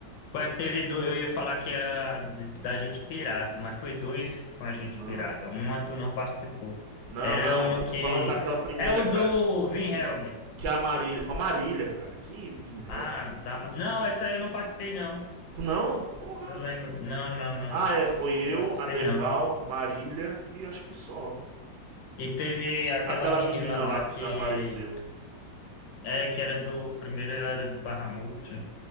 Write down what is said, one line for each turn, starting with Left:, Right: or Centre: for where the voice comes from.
Left: Foi a que teve dois, eu ia falar que era de- da gente pirata, mas foi dois com a gente
Right: Não.
Left: pirata. Uma tu não participou.
Right: Não,
Left: Era
Right: não.
Left: uma
Right: Eu
Left: que.
Right: tô falando daquela primeira,
Left: É o
Right: cara.
Left: do
Right: Que,
Left: Vin
Right: que,
Left: Helmer.
Right: que é a Marília. Com a Marília, cara. Que Vinhel.
Left: Ah, da... não, essa aí eu não participei, não.
Right: Tu não? Porra.
Left: Eu lembro. Não, não, não.
Right: Ah, é. Foi eu,
Left: Não participei,
Right: a Deval,
Left: não.
Right: Marília e acho que só.
Left: E teve aquela
Right: Aquela
Left: menina
Right: menina lá
Left: lá
Right: que
Left: que
Right: desapareceu.
Left: é que era do primeiro ela era do Barramute,